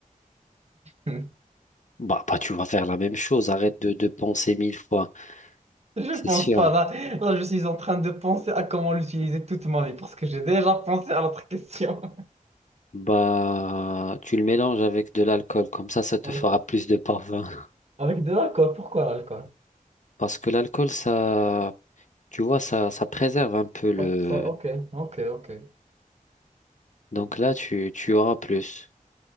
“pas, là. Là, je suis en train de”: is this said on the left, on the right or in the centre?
Right